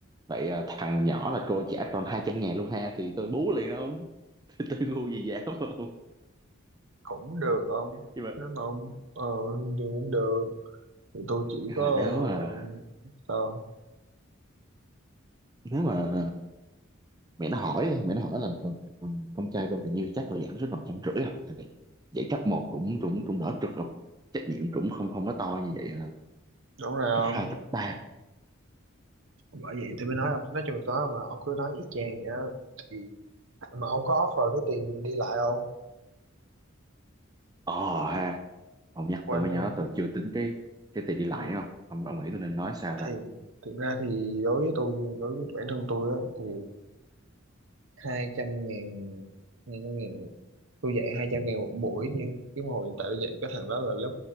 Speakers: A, on the right; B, on the right.
A: vậy à, thằng nhỏ là cô trả tròn 200 ngàn luôn ha thì tôi bú liền đó không <laughs> tôi ngu gì dám không
B: cũng được không
A: nhưng mà,
B: nếu mà ông ờ thì cũng được thì tôi chỉ
A: nhưng
B: có
A: mà nếu mà
B: ờ, sao
A: nếu mà mẹ nó hỏi mẹ nó hỏi là con, con, con trai con tình yêu thì chắc tôi giảm xuống tầm trăm rưỡi à tại vì dạy cấp 1 cũng cũng cũng đỡ trượt rồi trách nhiệm cũng không không có to như vậy à.
B: đúng rồi
A: cấp
B: không
A: 2, cấp 3
B: bởi vậy tôi mới nói ông nói chung là có mà ông cứ nói y chang vậy đó. thì mà ông có offer cái tiền đi lại không
A: ờ ha ông nhắc
B: quên
A: tôi mới
B: không
A: nhớ tôi chưa tính cái cái tiền đi lại
B: ừ.
A: không ông, ông nghĩ tôi nên nói sao ta
B: thì thực ra thì đối với tôi đối với bản thân tôi á thì hai trăm ngàn hai trăm ngàn tôi dạy hai trăm ngàn một buổi nhưng cái hồi hiện tại tôi dạy cái thằng đó là lớp